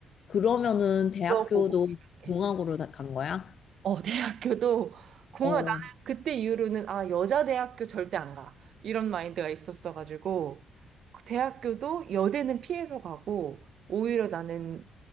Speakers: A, on the left; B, on the right.
A: 그러면은 대학교도
B: 물어보고
A: 공학으로
B: 이렇게.
A: 다 간 거야?
B: 어, <laughs> 대학교도 공학,
A: 어,
B: 나는
A: 어,
B: 그때 이후로는 아, 여자 대학교 절대 안 가. 이런 마인드가 있었어가지고, 그 대학교도 여대는 피해서 가고, 오히려 나는